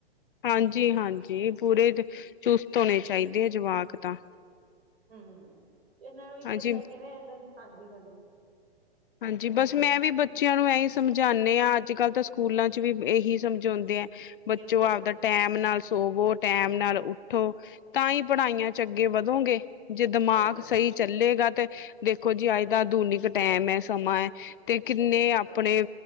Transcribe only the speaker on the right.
ਹੂੰ, ਏਨਾਂ ਓਈ
ਕੈਤਾ ਈ ਕਿ ਏਨਾਂ ਹਾਂਜੀ-ਹਾਂਜੀ।
ਬਿਲਕੁਲ
ਸਹੀ ਗੱਲ
ਸਹੀ